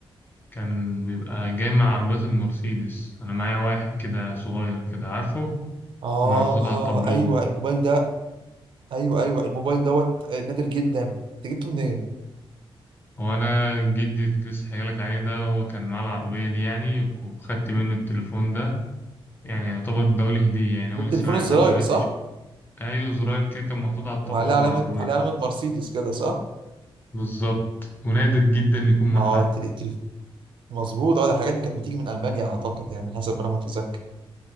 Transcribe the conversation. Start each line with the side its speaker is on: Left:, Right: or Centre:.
Left: كان بيبقى جاي مع عربية المرسيدس انا معايا واحد كده صغير كده عارفه
Right: آه
Left: بيبقى محطوط على التابلو
Right: أيوه الموبايل ده أيوه أيوه الموبايل دوت آه، نادر جدا أنت جبته منين؟
Left: وانا جدي كنت لسه حكيلك عليه ده هو كان معاه العربيه دي يعني وخدت منه التليفون ده يعني يعتبر دولي هديه يعني
Right: ده
Left: هو لسه
Right: التليفون
Left: معايا
Right: الزراير
Left: لحد دلوقتي
Right: صح؟
Left: ش- ايوه زرار كده كان محطوط على التابلو
Right: وعليه
Left: في
Right: علامة
Left: العربيه
Right: عليه علامة مرسيدس كده صح؟
Left: بالظبط ونادر جدا يكون مع
Right: اه
Left: حد
Right: تلي تلي مظبوط اه ده الحاجات دي كانت بتيجي من المانيا اعتقد يعني حسب ما انا متذكر